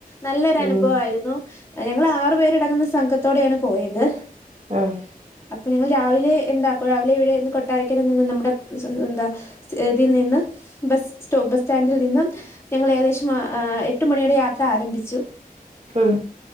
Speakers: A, on the left (about 15°); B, on the right (about 50°).
A: നല്ലൊരനുഭവായിരുന്നു
B: ഉം
A: ഞങ്ങള് ആറു പേരടങ്ങുന്ന സംഘത്തോടെണ് പോയത്
B: ആഹ്
A: അപ്പൊ ഞങ്ങൾ രാവിലെ എന്താക്കും രാവിലെ ഇവിടെന്ന് കൊട്ടാരക്കാര നിന്ന് നമ്മുടെ സ്വ ന്താ ഇതിൽ നിന്ന് ബസ് സ്റ്റോ ബസ് സ്റ്റാൻഡിൽ നിന്നും ഞങ്ങൾ ഏകദേശം ആഹ് ആഹ് എട്ട് മണിയൊടെ യാത്ര ആരംഭിച്ചു
B: ഉം